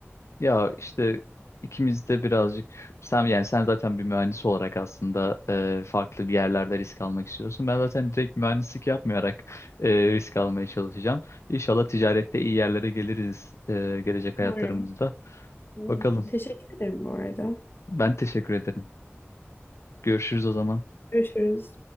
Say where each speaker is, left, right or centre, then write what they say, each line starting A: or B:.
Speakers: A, on the left; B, on the left.
A: Ya işte ikimiz de birazcık sen yani sen zaten bir mühendis olarak aslında e, farklı bir yerlerde risk almak istiyorsun. Ben zaten direkt mühendislik yapmayarak e, risk almaya çalışacağım. İnşallah ticarette iyi yerlere geliriz e, gelecek hayatlarımızda.
B: Umarım. Umarım.
A: Bakalım.
B: Teşekkür ederim bu arada.
A: Ben teşekkür ederim. Görüşürüz o zaman.
B: Görüşürüz.